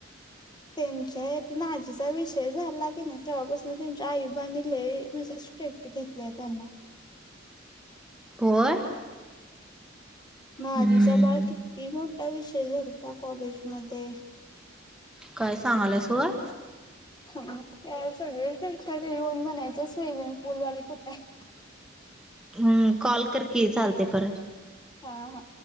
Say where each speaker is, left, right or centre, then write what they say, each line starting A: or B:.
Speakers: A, on the left; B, in the centre.
A: त्यांचे इथ नाजेचा विषय झाला कि नाही तेव्हापासून त्यांच्या आई बा लई म्हणजे स्ट्रिक्ट ते घेतलेय त्यांना
B: होय!
A: नाझीचा
B: हम्म
A: बाळ किती मोठा विषय झालाता कॉलेजमध्ये
B: काय सांगल्यास होय!
A: त्या वेळी सगळे येऊन म्हणायचे स्विमिंग पूलवाले कुठे आहे.
B: हम्म कॉल करकी चालतंय परत!
A: हा हा.